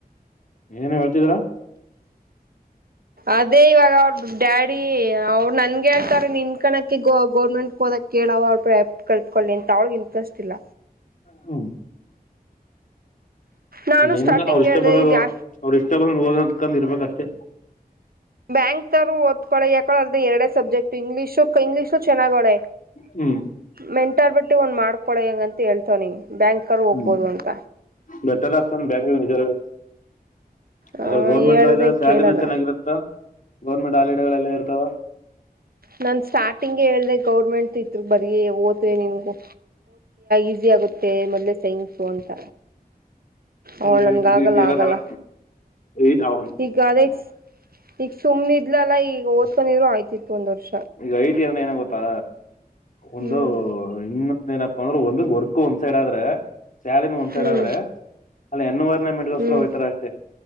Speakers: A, on the left; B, on the right.
A: ಏನೇನು ಹೇಳ್ತಿದ್ದೀರಾ.
B: ಅದೇ ಇವಾಗ ಅವ್ರ ಡ್ಯಾಡಿ ಅವರು ನನ್ಗೆ ಹೇಳ್ತಾರೆ ನಿನ್ ಕಣಕ್ಕೆ ಗ ಗೌರ್ಮೆಂಟ್ ಹೋದಕ್ ಕೇಳವ ಅವ ಕಲ್ತ್ಕೊಳ್ಳಿ ಅಂತ ಅವ್ಳಗ್ ಇಂಟ್ರೆಸ್ಟ್ ಇಲ್ಲ
A: ಹ್ಮ್
B: ನಾನು
A: ಏನಿಲ್ಲ
B: ಸ್ಟಾರ್ಟಿಂಗ್
A: ಅವ್ರ ಇಷ್ಟ
B: ಹೇಳ್ದೆ
A: ಬಂದದು
B: ಇಲ್ಲಿ
A: ಅವ್ರ ಇಷ್ಟ ಗೆ ಹೋದ ಅಂತಕಂದ ಇರ್ಬೇಕಷ್ಟೆ
B: ಬ್ಯಾಂಕ್ ತರು ಓದ್ಕಳೆ ಯಾಕೋಳ ಅದ ಎರಡೇಬ್ಜಕ್ಟ್ ಇಂಗ್ಲೀಷು ಇಂಗ್ಲಲಿಷು ಚೆನ್ನಾಗಳೆ
A: ಹ್ಮ್
B: ಮೆಂಟಲ್ಬಿಟ್ಟು ಒಂದು ಮಾಡ್ಕೊಳ ಹೆಂಗಂತ ಹೇಳ್ತವ ನೀ ಬ್ಯಾಂಕರು ಹೋಗ್ಬೋದು
A: ಹ್ಮ್
B: ಅಂತ
A: ಬೆಟರ್ ಆಪ್ಷನ್ ಬೆಂಗ್ಳೂರುರ್
B: ಆ,
A: ಅದ್ರ ಗೌರ್ಮೆಂಟ್
B: ಹೇಳಿದ್ರೆ
A: ಸ್ಯಾಲರಿನ
B: ಕೇಳಲ್ಲ
A: ಚೆನ್ನಾಗಿರುತ್ತ ಗೌರ್ಮೆಂಟ್ ಆಾಲಡೆಗಳೆಲ್ಲ ಇರ್ತಾವ
B: ನಾನ್ ಸ್ಟಾರ್ಟಿಂಗ್ಗೆ ಹೇಳ್ದ ಗೌರ್ಮೆಂಟ್ ಇತ್ರು ಬರೀ ಓದ್ವೆ ನಿನ್ಗು ಈಸಿ ಆಗುತ್ತೆ ಮೊದ್ಲೇ ಸೈಂಗಸು ಅಂತ ಅವಳ
A: ಈ
B: ನನ್ಗ
A: ಐ ಟಿ
B: ಆಗಲ್ಲ
A: ಗಿಟಿ ಇರದಲ್ಲ
B: ಆಗಲ್ಲ
A: ಐ ಅವ್ರ
B: ಈಗ ಅದೇ ಈಗ ಸುಮ್ ಇದ್ಲಲ್ಲ ಈಗ ಓದ್ಕೊಂಡಿದ್ರು ಆಯ್ತಿತ್ತು ಒಂದ ವರ್ಷ
A: ಈಗ ಐ ಟಿ ಅಂದ್ರೆ ಏನ ಗೊತ್ತಾ ಒಂದು
B: ಹ್ಮ್
A: ಇನ್ನೊಂದ ಏನಪ್ಪ ಂದ್ರೆ ಒಂದು ವರ್ಕ್ ಒಂದ್ ಸೈಡ್ ಆದ್ರೆ ಸ್ಯಾಲ ಒಂದ್
B: ಹ್ಮ್
A: ಸೈಡ್ ಆದ್ರೆ ಅಲ್ಲಿ ಎವರೆ
B: ಹ್ಮ್
A: ಸ ಹೋಗ್ತರ ಅಷ್ಟೇ